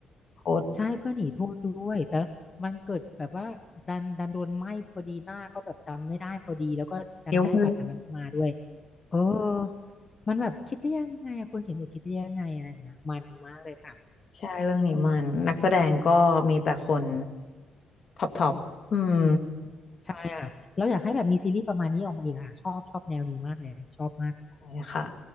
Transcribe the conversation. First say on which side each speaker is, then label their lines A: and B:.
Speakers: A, on the left; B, on the left.
A: โทษ
B: ใช่เพื่อนหนีโทษด้วยแต่มันเกิดแบบว่าดันดันโดนไหม้พอดีหน้าก็แบบจำไม่ได้พอดีแล้วก็ดันได้บัตรอันนั้นมาด้วย
A: นิ้วมือ
B: เออมันแบบคิดได้ยังไงอะคนเขียนบทคิดได้ยังไงอะไรอย่างเงี้ยมันมากเลยค่ะ
A: ใช่เรื่องนี้มันนักแสดงก็มีแต่คนท็อปท็อปอืม
B: ใช่อ่ะแล้อยากให้แบบมีซีรีส์ประมาณนี้ออกมาอีกค่ะชอบชอบแนวนี้มากเลยชอบมาก
A: ใช่ค่ะ